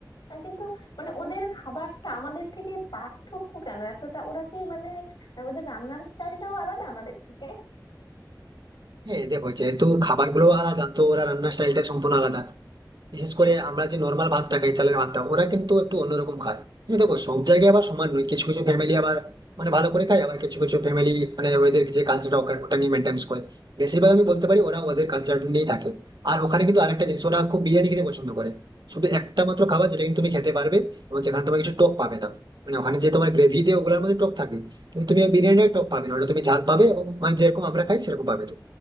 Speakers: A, on the left; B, on the right.
A: আহ, কিন্তু মানে ওদের খাবারটা আমাদের থেকে পার্থক্য কেন এতটা ওরা কি মানে আর ওদের রান্নার স্টাইলটাও আলাদা আমাদের থেকে
B: হ্যাঁ দেখো যেহেতু খাবারগুলো আলাদা তো ওরা রান্নার স্টাইলটা সম্পূর্ণ আলাদা বিশেষ করে আমরা যে নর্মাল ভাতটা খাই চালের ভাতটা ওরা কিন্তু একটু অন্যরকম খায় এই দেখো সব জায়গায় আবার সমান নয় কিছু কিছু ফ্যামিলি আবার মানে ভালো করে খায় আবার কিছু কিছু ফ্যামিলি মানে ওদের যে কালচারটা ওটা নিয়ে মেনটেন্স করে বেশিরভাগ আমি বলতে পারি ওরা ওদের কালচার নিয়েই থাকে আর ওখানে কিন্তু আরেকটা জিনিস ওরা খুব বিরিয়ানি খেতে পছন্দ করে শুধু একটা মাত্র খাবার যেটা কিন্তু তুমি খেতে পারবে এবং যেখানে তোমার কিছু টক পাবে না মানে ওখানে যে তোমার গ্রেভি দিয়ে ওগুলোর মধ্যে টক থাকে কিন্তু তুমি ওই বিরিয়ানির টক পাবে না ওটা তুমি ঝাল পাবে এবং মানে যেরকম আমরা খাই সেরকম পাবে তো